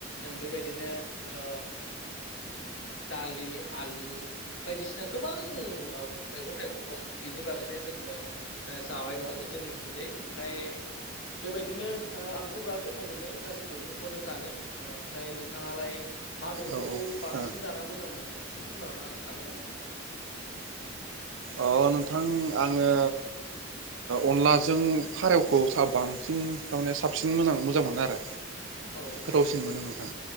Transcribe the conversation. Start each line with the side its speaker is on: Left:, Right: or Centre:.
Left: बेबायदिनो ओ दालि आलु बायदिसिना गोबां ओ मैगं थाइगं दं बिनि बागैनो जोङो जाबाय दं जोंनि थिंजाय ओमफ्राय बेबायदिनो आंथ' बिराद गोथाव मोनो गासै मैगं खौनो जानो ओमफ्राय नोंथाङा लाय मा मैगंखौ
Right: औ
Left: बांसिन
Right: औ
Left: सिन जाना मोजां मोना एसे फोरमाय हरनो हागोन नामा नोंथां?
Right: ओ अ नोंथां आङो अनलाजों फारौखौ सा बांसिन थारमाने साबसिन मोजां मोनो आरो।
Left: औ
Right: गोथाव सिन मोनो नोंथां।